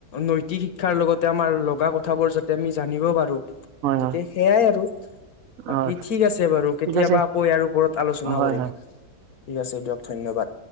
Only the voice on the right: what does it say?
হয়
হয় হয়
হয়
ঠিক আছে
হয়
হয়